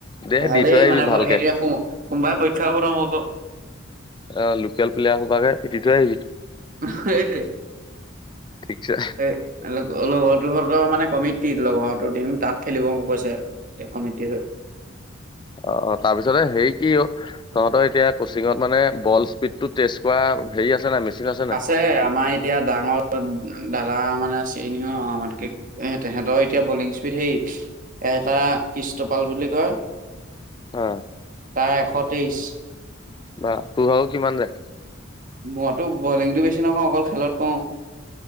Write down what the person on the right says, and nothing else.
ভালেই
মানে
সেইতিয়া সোমবাই পৰীক্ষা হ'ব, নহ'ব
সেইটো
এ লগৰটোহঁতৰ মানে কমিটিত লগৰো টিম তাত খেলিব কৈছে কমিটি হৈ <unintelligible>
আছে আমাৰ এতিয়া ডাঙৰ দাদা মানে চিনিয়ৰ আমকে এ তেহেতৰ এতিয়া বলিং স্পিড হে এ এটা কৃষ্টপাল বুলি কি কয়
তাৰ এশ তেইছ
মইতো বলিংটো বেছি নকওঁ অকল খেলত কওঁ